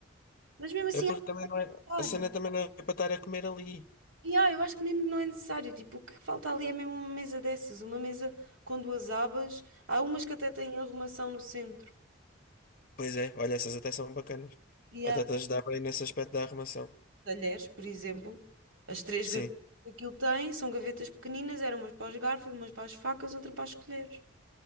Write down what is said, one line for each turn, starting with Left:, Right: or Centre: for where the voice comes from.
Right: Mas mesmo assim
Left: É porque
Right: é
Left: também não
Right: necessário.
Left: é. A cena também não é para estar a comer ali.
Right: E ah, eu acho que mesmo não é necessário. Tipo, o que falta ali é mesmo uma mesa dessas, uma mesa com duas abas. Há umas que até têm arrumação no centro.
Left: Pois é, olha, essas até são bacanas.
Right: E
Left: Até
Right: há
Left: te ajudar bem nesse aspecto da arrumação.
Right: talheres, por exemplo. As três
Left: Sim,
Right: gavetas que aquilo tem são gavetas pequeninas, eram umas para os garfos, umas para as facas, outra para as colheres.